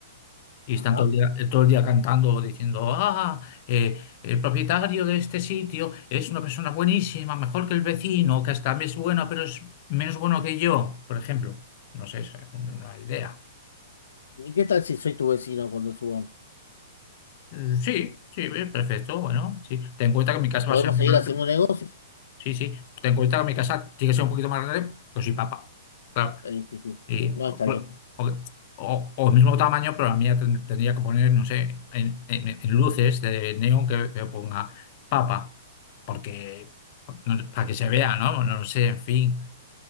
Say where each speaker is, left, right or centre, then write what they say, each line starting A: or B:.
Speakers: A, on the left; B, on the left.
A: Y están
B: Ajá.
A: todo el día, eh, todo el día cantando, diciendo, ah, eh, el propietario de este sitio es una persona buenísima, mejor que el vecino, que hasta es bueno, pero es menos bueno que yo, por ejemplo. No sé, es una idea.
B: ¿Y qué tal si soy tu vecino cuando subamos?
A: Eh, Sí, sí, eh, perfecto, bueno, sí. Ten en cuenta que mi casa
B: ¿Podemos
A: va a ser más
B: seguir haciendo
A: grande
B: un negocio?
A: Sí, sí. Ten en cuenta que mi casa tiene que ser un poquito más grande, pues soy papa, Claro.
B: Eh, sí, sí.
A: Y,
B: No,
A: o,
B: está bien.
A: o- o- o el mismo tamaño, pero la mía ten- tendría que poner, no sé, en, en- en luces de neón que, que ponga papa. Porque, no- para que se vea, ¿no? No lo sé, en fin.